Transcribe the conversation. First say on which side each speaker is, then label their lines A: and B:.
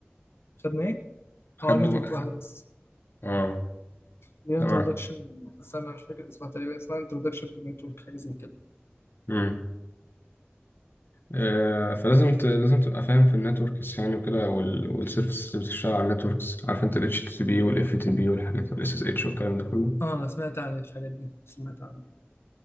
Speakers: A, on the left; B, on the left.
A: خدنا ايه؟
B: خدوا
A: اه نتورك
B: خ...
A: واحدة بس
B: اه
A: دي
B: تمام
A: انترودكشن استنى مش فاكر اسمها تقريبا اسمها انترودكشن تو نتورك حاجة زي كده
B: امم آه فلازم ت... لازم تبقى فاهم في النتوركس يعني وكده وال... والسيرفيسز اللي بتشتغل على النتوركس عارف انت ال HTTP وال FTP والحاجات وال SSH والكلام ده كله
A: اه انا سمعت عن الحاجات دي سمعت عنها